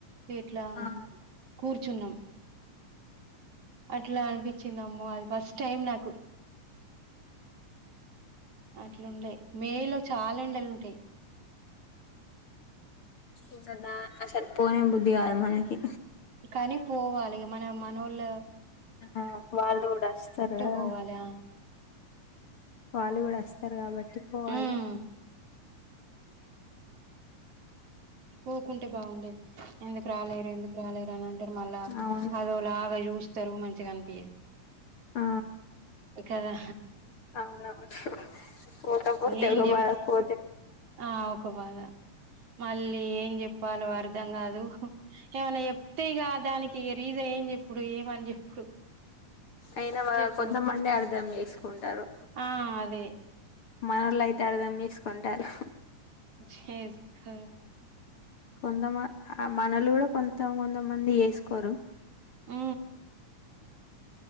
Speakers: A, on the right (about 50°); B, on the left (about 45°).
A: ఇట్లా
B: ఆ
A: కూర్చున్నాం అట్లా అనిపించింది అమ్మో అది ఫస్ట్ టైం నాకు అట్లాండేయి మే లో చాలా ఎండలు ఉంటాయి
B: ఇక అస పోనే బుద్ధికాదు మనకి
A: కానీ పోవాలి మన మన ఒళ్ళు
B: ఆ వాళ్ళు కూడా అస్తారు కదా
A: పోవాలి ఆ
B: వాళ్ళు కూడా అస్తారు కాబట్టి పోవాలి
A: ఉమ్ పోకుంటే బాగున్నాడాది ఎందుకు రాలేరు ఎందుకు రాలేరు అనింటె అంటారు మళ్ళా
B: అవును
A: అదోలాగా చూస్తారు మంచిగా అనిపియది
B: ఆ
A: కదా
B: అవునవును పోత పత
A: ఏం
B: క
A: చెప్
B: బ పో
A: ఆ ఒక బాగా మళ్ళీ ఏం చెప్పాలో అర్ధం కాదు ఏమనా ఎప్పైక దానికి రీజ ఇ ఏం చెప్పుడు ఏమని చెప్పుడు
B: అయినా
A: చెప్పు
B: కొంతమంది అర్థం చేసుకుంటారు
A: ఆ అదే
B: మనళ అయితే అర్థం చేసుకుంటారు
A: చేసుకోరు
B: కొంతమ మనలు కూడా కొంత కొంతమంది చేసుకోరు
A: అ